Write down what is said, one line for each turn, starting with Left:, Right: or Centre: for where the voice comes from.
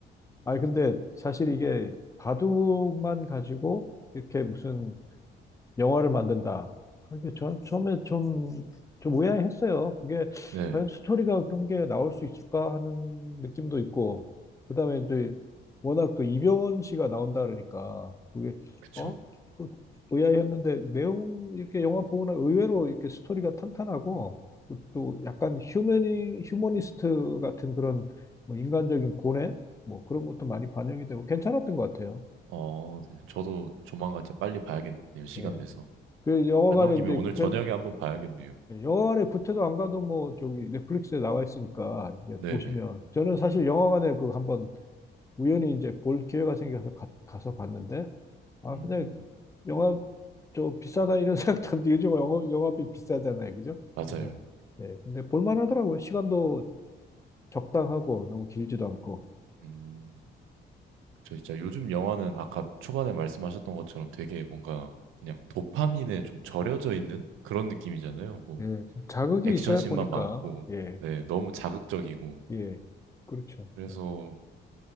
Left: 아, 근데 사실 이게 바둑만 가지고 이렇게 무슨 영화를 만든다. 아, 이게 저, 처음에 좀, 좀 의아했어요. 그게
Right: 네.
Left: 과연 스토리가 그런 게 나올 수 있을까 하는 느낌도 있고, 그 다음에 이제 워낙 또 이병헌 씨가 나온다 그러니까, 그게,
Right: 그쵸.
Left: 어? 그 의아했는데, 내용, 이렇게 영화 보거나 의외로 이렇게 스토리가 탄탄하고, 그또 약간 휴머니, 휴머니스트 같은 그런 뭐 인간적인 고뇌? 뭐 그런 것도 많이 반영이 되고 괜찮았던 것 같아요.
Right: 어, 네. 저도 조만간 진짜 빨리 봐야겠네요. 시간
Left: 예.
Right: 내서.
Left: 그 영화관에
Right: 말 나온 김에
Left: 이제
Right: 오늘
Left: 구태,
Right: 저녁에 한번 봐야겠네요.
Left: 예, 영화관에 구태도 안 가도 뭐 저기 넷플릭스에 나와 있으니까 이제
Right: 네네.
Left: 보시면 저는 사실 영화관에 그 한번 우연히 이제 볼 기회가 생겨서 가, 가서 봤는데 아
Right: 음,
Left: 그냥 영화 저 비싸다 이런 <laughs> 생각도 안 들고 요즘 영화, 영화비 비싸잖아요 그죠?
Right: 맞아요.
Left: 근데 예 근데 볼만하더라고요 시간도 적당하고 너무 길지도 않고
Right: 음. 그쵸, 진짜 요즘 영화는 아까 초반에 말씀하셨던 것처럼 되게 뭔가 그냥 도파민에 좀 절여져 있는 그런 느낌이잖아요. 뭐
Left: 예좀 자극이
Right: 액션씬만
Left: 있어야 보니까
Right: 많고,
Left: 예
Right: 네, 너무 자극적이고.
Left: 예 그렇죠
Right: 그래서
Left: 예.